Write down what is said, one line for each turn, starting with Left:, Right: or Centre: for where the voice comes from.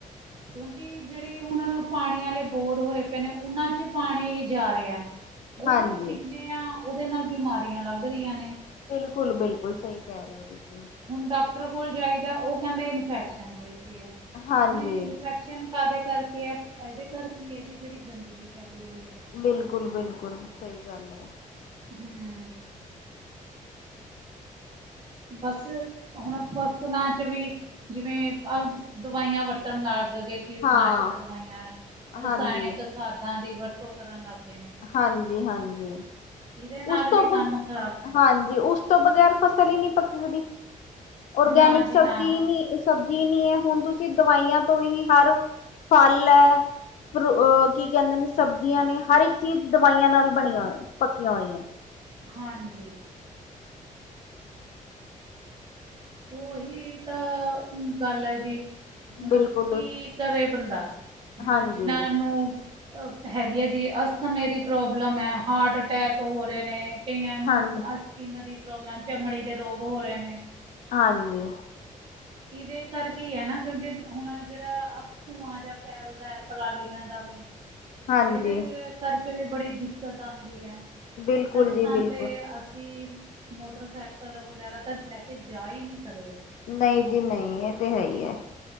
Right: ਕਿਉਂਕੀ ਕਿਉਂਕੀ ਜੇੜੇ ਹੁਣ ਪਾਣੀ ਆਲੇ ਬੋਰ ਹੋਏ ਪਏ ਨੇ ਉਨਾਂ ਚ ਪਾਣੀ ਜਾ ਰਿਐ ਓ
Left: ਹਾਂਜੀ
Right: ਫ਼ਿਰ ਪੀਂਣੇ ਆ ਉਦੇ ਨਾਲ਼ ਬਿਮਾਰੀਆਂ ਲੱਗ ਰੀਆਂ ਨੇ।
Left: ਬਿਲਕੁਲ-ਬਿਲਕੁਲ ਸਈ ਕਹਿ ਰੇ ਓ ਜੀ ਤੁਸੀਂ।
Right: ਹੁਣ ਡਾਕਟਰ ਕੋਲ਼ ਜਾਈਦਾ ਓ ਕੈਂਦੇ ਇਨਫੈਕਸ਼ਨ ਹੋਈ ਪਈ ਏ ਹੁਣ
Left: ਹਾਂਜੀ
Right: ਇਨਫੈਕ ਸ਼ਨ ਕਾਦੇ ਕਰਕੇ ਆ ਏਦੇ ਕਰਕੇ ਐ ਜੀ ਜੇੜੀ ਗੰਦਗੀ ਫੈਲੀ ਹੋਈ ਐ
Left: ਬਿਲਕੁਲ-ਬਿਲਕੁਲ ਸਈ ਗੱਲ ਆ।
Right: ਹੂੰ। ਬਸ ਹੁਣ ਫਸਲਾਂ ਚ ਵੀ ਜਿਵੇਂ ਅ ਦਵਾਈਆਂ ਵਰਤਣ ਲੱਗ ਗੇ ਕੀਟਨਾਸ਼ਕ
Left: ਹਾਂ
Right: ਦਵਾਈਆਂ, ਰਸਾਇਣਿਕ
Left: ਹਾਂਜੀ
Right: ਖਾਦਾਂ ਦੀ ਵਰਤੋਂ ਕਰਨ ਲੱਗ ਗਏ ਨੇ।
Left: ਹਾਂਜੀ-ਹਾਂਜੀ।
Right: ਇਹਦੇ ਨਾਲ
Left: ਉਸ ਤੋਂ
Right: ਵੀ ਕੰਮ
Left: ਬਗ
Right: ਖ਼ਰਾਬ ਹੈ।
Left: ਹਾਂਜੀ ਉਸ ਤੋਂ ਵਗੈਰ ਫ਼ਸਲ ਈ ਨੀ ਪੱਕੀ ਦੀ। ਔਰਗੈਨਿਕ
Right: ਨਾ ਜੀ
Left: ਸਬਜੀ
Right: ਨਾ
Left: ਈ ਨੀ ਇਸ ਸਬਜ਼ੀ ਈ ਨੀ ਐ ਹੁਣ ਤੁਸੀਂ ਦਵਾਈਆਂ ਤੋਂ ਹੀ ਹਰ ਫ਼ਲ ਫਰੂ ਓ ਕੀ ਕੈਂਦੇ ਨੇ ਸਬਜ਼ੀਆਂ ਨੇ ਹਰ ਇੱਕ ਚੀਜ਼ ਦਵਾਈਆਂ ਨਾਲ਼ ਬਣੀਆਂ ਪੱਕੀਆਂ ਹੋਈਐ।
Right: ਹਾਂਜੀ। ਓਹੀ ਤਾਂ ਗੱਲ ਐ ਜੀ ਹੁਣ
Left: ਬਿਲਕੁਲ
Right: ਕੀ ਕਰੇਂ ਬੰਦਾ ਹੁਣ
Left: ਹਾਂਜੀ
Right: ਜਿਨ੍ਹਾਂ ਨੂੰ ਆ ਹੈਗੀ ਆ ਜੀ ਅਸਥਮੇ ਦੀ ਪ੍ਰੋਬਲਮ ਐ ਹਾਰਟ ਅਟੈਕ ਹੋ ਰੇ ਨੇ ਕਈਆਂ ਨੂੰ
Left: ਹਾਂ
Right: ਆ ਸਕੀਨ ਦੀ ਪ੍ਰੋਬਲਮ, ਚਮੜੀ ਦੇ ਰੋਗ ਹੋ ਰੇ ਨੇ
Left: ਹਾਂਜੀ।
Right: ਇਦੇ ਕਰਕੇ ਈ ਐ ਨਾ ਕਿਉਂਕੀ ਹੁਣ ਜੇੜਾ ਧੂੰਆਂ ਜਾ ਫੈਲਦੈ ਪਰਾਲੀਆਂ ਦਾ ਵੀ
Left: ਹਾਂਜੀ
Right: ਏਦੇ ਕਰਕੇ ਵੀ ਬੜੀ ਦਿੱਕਤ ਆਂਦੀ ਐ।
Left: ਬਿਲਕੁਲ
Right: ਸੜਕਾਂ
Left: ਜੀ ਬਿਲਕੁਲ
Right: ਤੇ ਅੱ ਤੁਸੀਂ ਮੋਟਰਸਾਈਕਲ ਵਗੈਰਾ ਤਾਂ ਲੈ ਕੇ ਜਾ ਈ ਨੀ ਸਕਦੇ।
Left: ਨਈ ਜੀ ਨਈ ਏ ਤੇ ਹੈ ਈ ਐ।